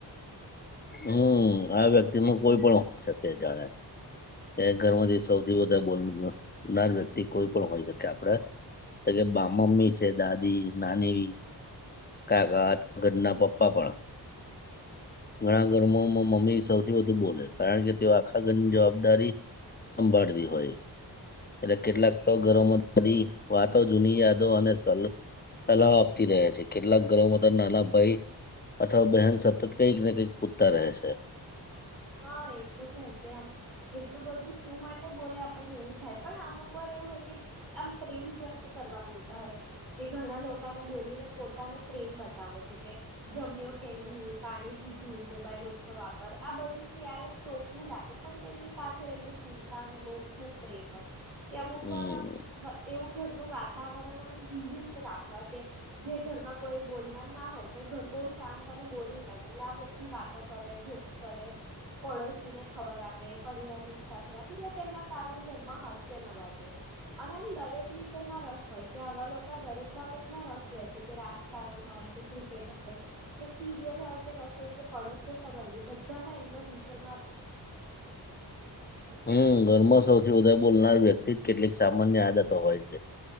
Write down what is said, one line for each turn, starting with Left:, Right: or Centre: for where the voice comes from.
Left: હમ આ વ્યક્તિ ન કોઈ પણ હોય શકે જાણે એ ઘરમાંથી સૌથી વધુ બોલનારી વ્યક્તિ કોઈ પણ હોય શકે આપડે તો કે મમ્મી છે દાદી, નાની. કાકા, ઘરના પપ્પા પણ, ઘણા ઘરમાં મમ્મી સૌથી વધુ બોલે કારણ કે તેઓ આખા ઘરની જવાબદારી, સંભાળતી હોય. એટલે કેટલાક તો ઘરોમાં બ વાતો જૂની યાદો અને સ સલાહ આપતી રહેયા છે. કેટલાક ઘરોમાં તો નાના ભાઈ અથવા બહેન સતત કંઈક ને કંઈક પૂછતા રહે છે.
Right: હા એ તો છે કે આમ એટલું બધું શું માટે બોલે આપણને એવું થાય પણ અમુક વાર એવું હોય કે આમ પ્રેમ વ્યક્ત કરવા બોલતા હોય. એ ઘણા લોકોને બોલીને પોતાનો પ્રેમ બતાવો છે કે જમ્યો કે નહીં. પાણી પીધું મોબાઈલ ઓછો વાપર આ બધું ક્યારેક ટોકવું લાગે પણ તેમની પાછળ એમની ચિંતા અને બહુ ખૂબ પ્રેમ હોય. કે અમુક
Left: હમ
Right: વાર આમ એવું ઘરનું વાત વાતાવરણ એમ જીવી તે રાખવા કે જે ઘરમાં. કોઈ બોલનાર ના હોય, તો ઘર બહુ શાંત અને બોરિંગ લાગે. એટલે આ વ્યક્તિ વાતો કરે, જોક્સ કરે. પડોશી ને ખબર આપે પરિવાર ને એક સાથે રાખે. એટલે તેમના કારણ ઘરમાં હાસ્ય નવાજે. અને આમ દરેક વિષયમાં. રસ હોય કે. આવા લોકો દરેક બાબતમાં રસ લે છે, કે રાજ કારણ હોય, કે ક્રિકેટ હોય, કે સી. સીરીયલ હોય કે રસોઈ કે પડોશી કે સંબંધી. બધામાં એમનો વિષય.
Left: હમ્મ! ઘરમાં. સૌથી વધારે બોલનાર વ્યક્તિ કેટલીક સામાન્ય આદતો હોય છે.